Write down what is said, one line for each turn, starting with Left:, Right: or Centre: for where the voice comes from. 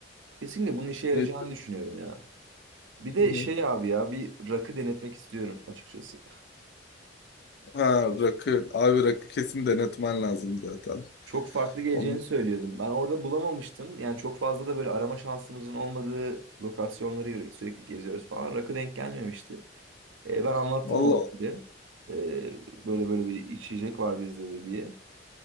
Right: Kesinlikle bunun işe yarayacağını
Left: Ne?
Right: düşünüyorum ya. Bir de
Left: Hı.
Right: şey abi ya bir rakı denetmek istiyorum açıkçası.
Left: Ha rakı. Abi rakı kesin denetmen lazım zaten.
Right: Çok farklı geleceğini
Left: Onu-
Right: söylüyordum. Ben orada bulamamıştım. Yani çok fazla da böyle arama şansımızın olmadığı lokasyonları yürü- sürekli geziyoruz falan. Rakı denk gelmemişti. E, ben anlattım
Left: Allah
Right: onu
Left: Allah.
Right: bir de. E, böyle böyle bir içecek var bizde de diye.